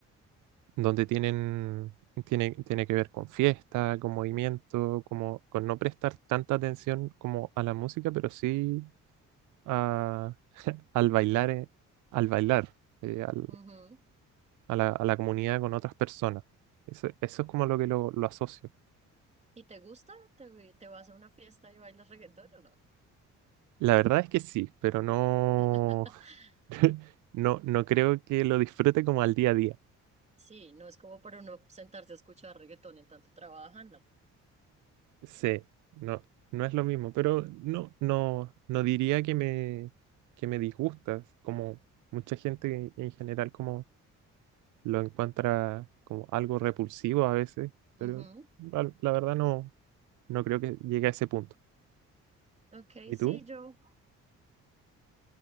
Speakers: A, on the right (about 80°); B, on the right (about 20°).
A: donde tienen, tiene, tiene que ver con fiesta, con movimiento, como, con no prestar tanta atención como a la música, pero sí a- al bailar, eh, al bailar, eh, al-
B: Ujú.
A: a la, a la comunidad con otras personas. Eso, eso es como lo que lo lo asocio.
B: ¿Y te gusta? ¿Te, te vas a una fiesta y bailas reggaetón o no?
A: La verdad es que sí, pero no,
B: <laughs>
A: <laughs> no, no creo que lo disfrute como al día a día.
B: Sí, no es como para uno sentarse a escuchar reggaetón en tanto trabajan, no.
A: Sí, no, no es lo mismo, pero no, no, no diría que me, que me disgusta, como mucha gente en general como lo encuentra como algo repulsivo a veces, pero
B: Ujú.
A: la, la verdad no, no creo que llegue a ese punto.
B: Ok,
A: ¿Y
B: sí,
A: tú?
B: yo